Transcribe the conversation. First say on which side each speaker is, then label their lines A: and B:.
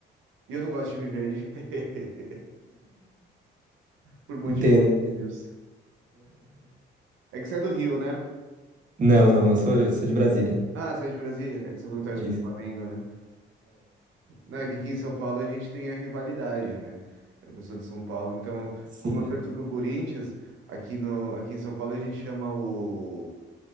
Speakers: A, on the right; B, on the right.
A: E eu não gosto de time verde. <laughs> Por motivos
B: Entendo, entendo.
A: óbvios. É que você é do Rio, né?
B: Não, não, eu sou, eu sou de Brasília.
A: Ah, você é de Brasília? É que você falou que torce
B: Isso.
A: pro Flamengo, né? Não, é que aqui em São Paulo a gente tem a rivalidade, né? Eu sou de São Paulo, então,
B: Sim,
A: como eu torço pro Corinthians, aqui, no, aqui em São Paulo a gente chama o.